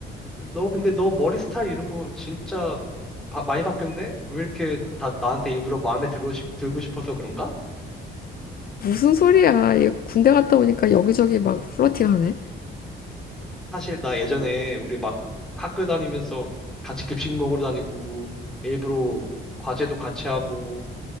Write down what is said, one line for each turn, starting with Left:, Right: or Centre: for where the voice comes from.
Centre: 그 너, 근데 너 머리 스타일 이런 거 진짜 바- 많이 바뀌었네? 왜 이렇게 다 나한테 일부러 마음에 들고, 싶, 들고 싶어서 그런가?
Left: 무슨 소리야. 얘 군대 갔다 오니까 여기저기 막 플러팅하네.
Centre: 사실 나 예전에 우리 막 학교 다니면서 같이 급식 먹으러 다니고, 일부러 과제도 같이 하고,